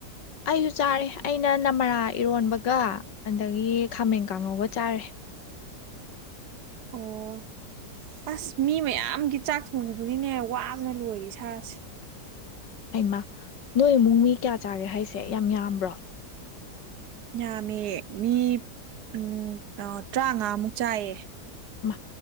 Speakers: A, on the left (about 85°); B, on the right (about 70°).
A: ꯑꯩꯖꯨ ꯆꯥꯔꯦ ꯑꯩꯅ ꯅꯃꯔꯥ ꯏꯔꯣꯟꯕꯒ ꯑꯗꯒꯤ ꯈꯥꯃꯦꯟ ꯀꯥꯡꯉꯧꯒ ꯆꯥꯔꯦ꯫
B: ꯑꯣ ꯑꯁ ꯃꯤ ꯃꯌꯥꯝꯒꯤ ꯆꯥꯛ ꯊꯣꯡꯉꯨꯕꯅꯤꯅꯦ ꯋꯥꯅ ꯂꯣꯏꯔꯤ ꯏꯁꯥꯥꯁꯦ꯫
A: ꯑꯩꯃꯥ ꯅꯣꯏ ꯏꯃꯨꯡ ꯃꯤ ꯀꯌꯥ ꯆꯥꯒꯦ ꯍꯥꯏꯁꯦ ꯌꯥꯝ ꯌꯥꯝꯕ꯭ꯔꯣ꯫
B: ꯌꯥꯝꯃꯦ ꯃꯤ ꯎꯝ ꯇ꯭ꯔꯥꯉꯥꯃꯨꯛ ꯆꯥꯏꯌꯦ꯫
A: ꯃꯥ